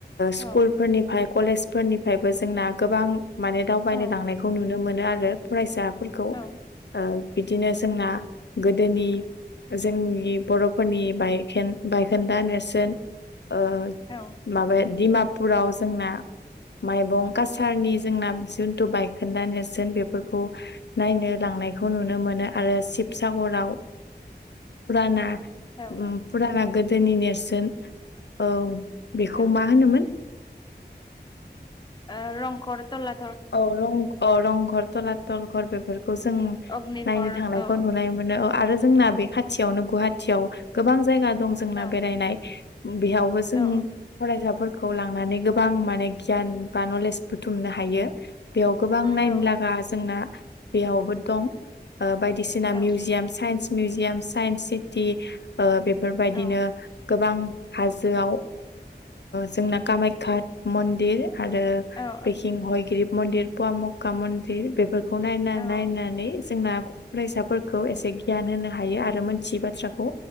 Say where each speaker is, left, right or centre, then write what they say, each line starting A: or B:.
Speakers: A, on the left (about 80°); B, on the left (about 25°).
A: स्कुलफोरनिफ्राय
B: औ
A: कलेजफोरनिफ्रायबो जोंना गोबां माने दावबायनो
B: औ
A: लांनायखौ नुनो मोनो आरो फरायसा फोरखौ
B: औ
A: बिदिनो जोंना गोदोनि जोंनि बर'फोर बायखोन्दा नेरसोन ओ
B: औ
A: माबा दिडिमापुराव जोंना माइबं कासारनि जोंना जिुनथु बायखोन्दा नेरसोन बेफोरखौ नायनो लांनायखौ नुनो मोनो आरो शिबसागराव फुराना
B: औ
A: फुराना गोदोनि नेरसोन औ बेखौ
B: औ
A: मा होनोमोन
B: ओ रंगर थला
A: औ रंगर तला घर बेफोर जों
B: अग्निघर
A: नायनो थांनायखौ
B: औ
A: नुनाय मोनो आरो जोंना बे खाथियावनो गुवाहाटियाव गोबां जायगा दं जोंना
B: औ
A: बेरायनाय बेयावबो जों
B: औ
A: फरायसा खौ लांनानै गोबां माने गियान बा नलेज बुथुमनो हायो । बेयाव गोबां नायनो
B: औ
A: लागा जोंना बेयावबो दं बायदिसिना
B: औ
A: मिउजियाम सा साइन्स मिउजियाम साइन्स सिटि बेफोरबायदिनो
B: औ
A: गोबां हाजोआव जोंना कामाखाया मन्दिर आरो
B: औ
A: पेकिंहय गिरिब मन्दिर पव मक्का मन्दिर बेफोरखौ नायना
B: औ
A: नायनानै जोंना फरायसाफोरखौ एसे गियान होनो हायो आरो मोनथियै बाथ्राखौ